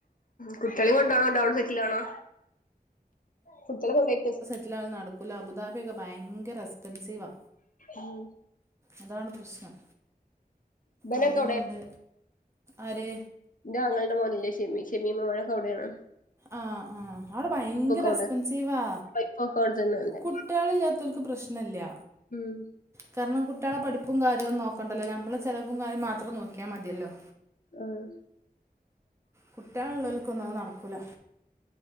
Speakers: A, on the left (about 55°); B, on the right (about 15°).
A: കുട്ട്യാളി കൊണ്ടോണോ ഇണ്ടവിടെ സെറ്റിലാണോ കുട്ട്യാളെകൊണ്ടോയിട്ട്
B: റ്റാൾ നടക്കൂല അബുദാബിയൊക്കെയങ്കര എക്സ്പെൻസീവാാ
A: ഉം
B: അതാണ് പ്രശ്ണം
A: ഇബനൊക്കെ
B: അവിടയും കൊണ്ട് ആര്
A: ഇന്റൊങ്ങൾടെ മോന് ഇല്ലെ ഷെമി ഷെമി മോനൊക്കെ അവിടെണ്
B: ആഹ് ആ അവിടെ ഭയങ്കര
A: അവിടെ
B: എക്സ്പെൻസീവാ
A: വൈഫൊക്കെ അവിടെ തന്നെയുണ്ട്
B: കുട്ട്യാളില്ലാത്തോൽക്ക് പ്രശ്നല്ല്യ
A: ഉം
B: തരണം കുട്ട്യാളെ പഠിപ്പും കാര്യൊന്ന നോക്കണ്ടല്ലോ നമ്മളചലവും കാര്യം മാത്രം നോക്കിയാ മതിയലോ
A: ആഹ്
B: കുട്ട്യാ ളുള്ളർക്കൊന്നും അത് നടക്കൂല